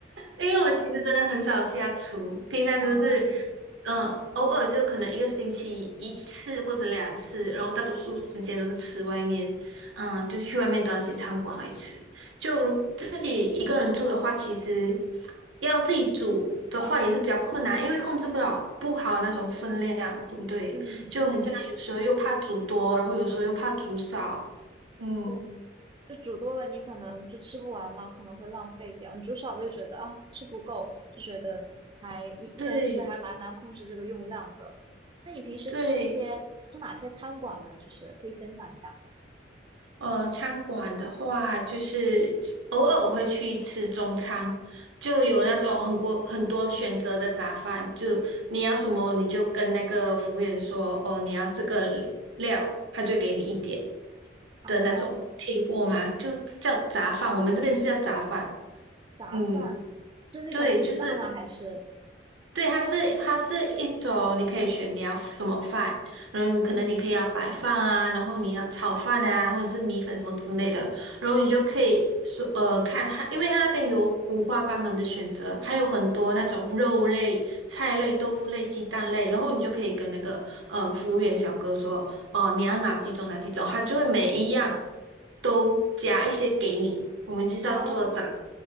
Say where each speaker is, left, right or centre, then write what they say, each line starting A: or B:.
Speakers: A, on the right (about 85°); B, on the right (about 25°).
A: 因为我其实真的很少下厨，平常就是，
B: 啊？
A: 嗯、偶尔就可能一个星期一次或者两次，然后大多数时间都是吃外面，嗯，就是去外面找一些餐馆来吃。就如自己一个人住的话，其实要自己煮的话也是比较困难，因为控制不了不好那种分量，对不对？
B: 嗯嗯，
A: 就很像有时候又怕煮多，然后有时候又怕煮少。嗯
B: 对，就煮多了你可能就吃不完嘛，可能会浪费掉。你煮少了就觉得啊吃不够，就觉得还一一人食还蛮难控制这个用量的。
A: 对
B: 那你平时吃一些吃哪些餐馆呢？
A: 对，
B: 就是可以分享一下吗？
A: 呃，餐馆的话，就是偶尔我会去吃中餐，就有那种很多很多选择的杂饭，就你要什么你就跟那个服务员说，哦，你要这个料，他就给你一点
B: 哦。
A: 的那种，听过吗？就叫杂饭，我们这边是叫杂饭。
B: 杂饭是那种米饭吗？
A: 嗯对，就是
B: 还是
A: 对，它是它是一种，你可以选你要什么饭，嗯，可能你可以要白饭啊，然后你要炒饭啊，或者是米粉什么之类的，然后你就可以说呃看它，因为它那边有五花八门的选择，还有很多那种肉类、菜类、豆腐类、鸡蛋类，然后你就可以跟那个呃服务员小哥说，哦、你要哪几种哪几种，他就会每一样都加一些给你，我们就叫做杂
B: 哦